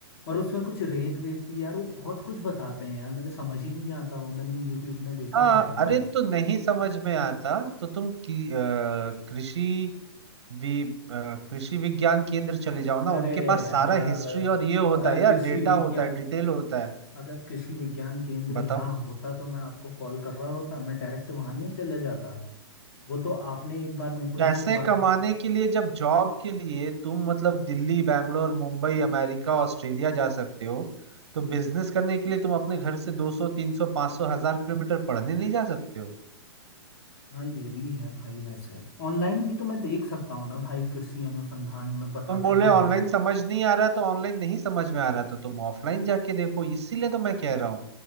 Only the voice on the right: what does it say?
हाँ
अरे तो नहीं समझ में आता तो तुम की, अ, कृषि वि, अ, कृषि विज्ञान केंद्र चले जाओ ना
उनके पास
सारा हिस्ट्री और ये होता
है यार
डेटा
होता है डिटेल होता है
बताओ
पैसे
कमाने
के लिए जब जॉब के लिए तुम मतलब दिल्ली बैंगलोर मुंबई अमेरिका ऑस्ट्रेलिया जा सकते हो तो बिजनेस करने के लिए तुम अपने घर से 200 300 500 हजार किलोमीटर पढ़ने नहीं जा सकते हो
तुम बोले
ऑनलाइन समझ नहीं आ रहा तो ऑनलाइन नहीं समझ में आ रहा तो तुम ऑफलाइन जाके देखो इसीलिए तो मैं कह रहा हूँ